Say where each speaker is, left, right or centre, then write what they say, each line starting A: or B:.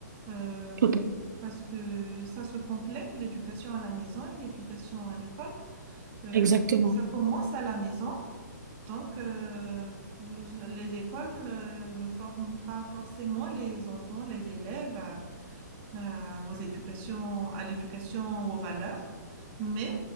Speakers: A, on the right; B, on the right.
A: euh,
B: Tout à fait,
A: parce que ça se complète, l'éducation à la maison et l'éducation à l'école. Euh,
B: Exactement.
A: ça commence à la maison, donc euh, je- les écoles euh, ne forment pas forcément les enfants, les élèves euh, aux éducations, à l'éducation, aux valeurs, mais